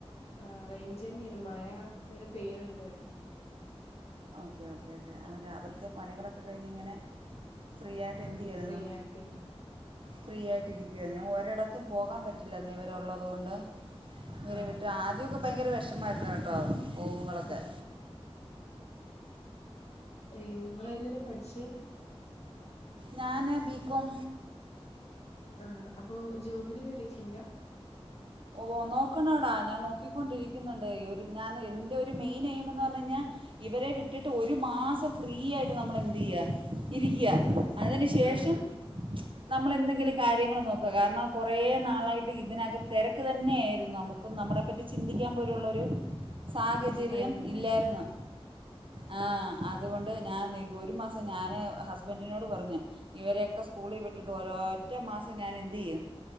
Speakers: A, on the left (about 80°); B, on the right (about 55°).
A: ആ റേഞ്ചന്നെ മഴ ഇങ്ങനെ പെയിനുണ്ട് ഇവിടെ
B: ഓക്കെ ഓക്കേ രാവിലത്തെ പണികളൊക്കെ കഴിഞ്ഞ് ഇങ്ങനെ ഫ്രീ ആയിട്ട് എന്ത്
A: ആ
B: ചെയ്യുവായിരുന്നു
A: ഫ്രീ ആയപ്പിന്നെ
B: ഫ്രീ ആയിട്ട് ഇരിക്കുവായിരുന്നു ഞാൻ ഒരിടത്തും പോകാൻ പറ്റില്ലെന്ന ഇവരെള്ളത് കൊണ്ട് വരെ
A: ആ
B: വിട്ടു ആദ്യമൊക്കെ ഭയങ്കര വിഷമായിരുന്നു കേട്ടോ പോവുമ്പോളൊക്കെ
A: ആ ഏയ് നിങ്ങള ഏതുവരെ പഠിച്ചേ
B: ഞാന് ബികോം
A: ആ അപ്പൊ ജോബിന് കേറിയിട്ടില്ല
B: ഓ നോക്കണോടാ ഞാൻ നോക്കിക്കൊണ്ടിരിക്കുന്നുണ്ട് ഒരു ഞാൻ എൻ്റെ ഒരു മെയിൻ എയിം എന്ന് പറഞ്ഞ് കഴിഞ്ഞാൽ ഇവരെ വിട്ടിട്ട് ഒരു മാസം ഫ്രീ ആയിട്ട് നമ്മൾ എന്തയ്യ ഇരിക്കുക
A: ആ
B: അതിന് ശേഷം
A: ആ
B: നമ്മൾ എന്തെങ്കിലും കാര്യങ്ങൾ നോക്കുക കാരണം കുറേ നാളായിട്ട് ഇതിനകത്ത് തിരക്ക് ക്ക് തന്നെയായിരുന്നു നമുക്ക് നമ്മളെ പറ്റി ചിന്തിക്കാൻ പോലുള്ളെരു സാഹചര്യം
A: ഉം ടൈം ഉണ്ടായില്ലേ
B: ഇല്ലായിരുന്നു ആ അതുകൊണ്ട് ഞാൻ ഒരു മാസം ഞാൻ ഹസ്ബൻഡിനോട് പറഞ്ഞ് ഇവരെയൊക്കെ സ്കൂളിൽ വിട്ടിട്ട് ഓരോ ഒറ്റ മാസം ഞാൻ എന്ത് ചെയ്യും